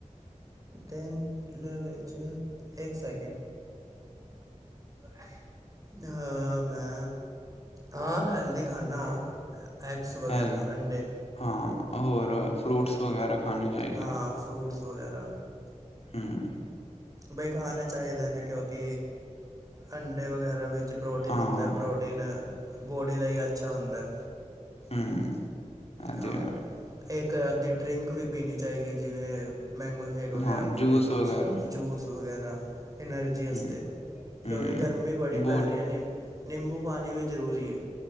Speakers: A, on the right; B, on the left.
A: ਦੇਨ ਦੇ ਵਿੱਚ ਇੱਕ ਸੈਕਿੰਡ ਹਾਂ ਮੈਂ ਆਂ ਹੈਲਦੀ ਖਾਨਾ ਐਗਸ ਵਗੈਰਾ
B: ਹੈਲ
A: ਅੰਡੇ।
B: ਹਾਂ ਹੋਰ ਫਰੂਟਸ ਵਗੈਰਾ। ਖਾਣੇ ਚਾਹੀਦੇ
A: ਹਾਂ ਫਰੂਟਸ ਵਗੈਰਾ।
B: ਹਮ।
A: ਬਈ ਖਾਣੇ ਚਾਹੀਦੇ ਨੇ ਕਿਉਂਕਿ ਅੰਡੇ ਵਗੈਰਾ ਵਿੱਚ ਪ੍ਰੋਟੀਨ
B: ਹਾਂ
A: ਹੁੰਦਾ ਪ੍ਰੋਟੀਨ ਬੋਡੀ ਲਈ ਅੱਛਾ ਹੁੰਦਾ।
B: ਹਮ। ਇਹ
A: ਹਾਂ
B: ਤੇ ਹੈ
A: ਇੱਕ ਅੱਦੀ ਡਰਿੰਕ ਵੀ ਪੀਣੀ ਚਾਹੀਦੀ ਹੈ ਜਿਵੇਂ ਮੈਂਗੋ। ਜੇਗ ਵਗੈਰਾ
B: ਹਾਂ
A: ਪੀ
B: ਜੂਸ
A: ਲਿਆ ਕੁਛ
B: ਵਗੈਰਾ
A: ਜੂਸ। ਵਗੈਰਾ ਐਨਾਰਜੀ ਵਾਸ
B: ਹਮ
A: ਕਿਉਂਕਿ
B: ਹਮ
A: ਗਰਮੀ ਬੜੀ
B: ਬੋਡੀ
A: ਪੈ ਰਹੀ ਹੈ ਨਹੀਂ ਨਿੰਬੂ ਪਾਣੀ ਵੀ ਜ਼ਰੂਰੀ ਹੈ।